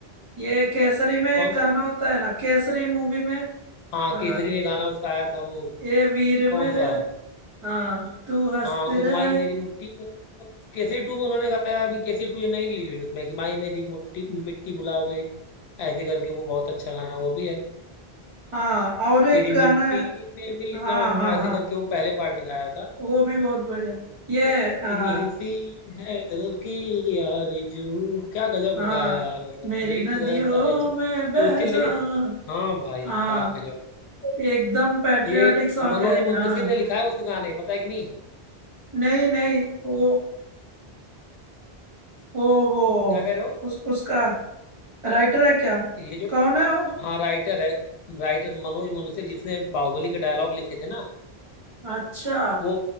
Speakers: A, on the right; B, on the left.
A: ये केसरी में एक
B: कौन
A: गाना
B: सा
A: होता है ना केसरी मूवी में
B: हाँ
A: आ,
B: केसरी में गाना उसका आया था वो
A: ए वीर
B: कौन
A: मेरे
B: सा
A: हाँ तू हंसती
B: हाँ ओ
A: रहे
B: माई मेरी मुट्ठी में केसरी टू में उन्होंने गाया अभी केसरी टू ये नई रिलीज हुई उसमें कि माई मेरी मुट्ठी मिट्टी बुलावे ऐसे करके वो बहुत अच्छा गाना वो भी है
A: हाँ और एक
B: तेरी मिट्टी
A: गाना है,
B: में मिल
A: हाँ
B: जावा
A: हाँ
B: ऐसे
A: हाँ
B: करके वो पहले पार्ट में गाया था
A: वो भी बहुत बढ़िया ये
B: ब- इतनी
A: आ,
B: सी है दिल की आरज़ू क्या गजब
A: हाँ
B: गाया है यार मतलब
A: मेरी
B: लिरिक्स
A: नदियों
B: वगैरह सारे अच्छे
A: में बह
B: उसके
A: जाऊं
B: लिरिक्स हाँ भाई
A: हाँ
B: क्या गजब
A: एकदम पैट्रियोटिक
B: ये
A: सॉन्ग
B: मनोज
A: है
B: मुंतशिर
A: हाँ
B: ने लिखा है उस गाने पता है कि नहीं
A: नहीं नहीं वो वो वो
B: क्या कह रहे हो
A: उस उसका राइटर है क्या
B: ये जो
A: कौन है वो
B: हाँ राइटर है राइटर मनोज मुंशी जिसने बाहुबली के डायलॉग लिखे थे ना
A: अच्छा
B: वो